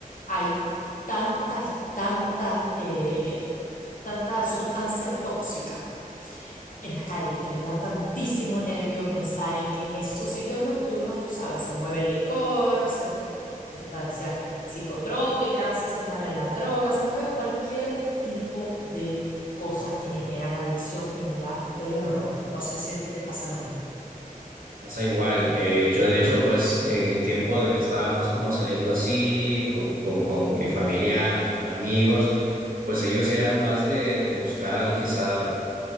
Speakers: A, on the left; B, on the right.
A: hay tantas, tantas, eh, tanta sustancia tóxica en la calle que me da tantísimo nervio pensar en que en esos sitios nocturnos, tú sabes, se mueve el licor, se sustancias psicotrópicas, se mueven las drogas, se mueve cualquier tipo de cosas que generan adicción y me da terror. No sé si a ti te pasa lo mismo.
B: Pasa igual. Eh, yo de hecho, pues en mi tiempo de que estaba más como saliendo así, con, con, con mis familiares, con amigos, pues ellos sí eran más de, de buscar quizá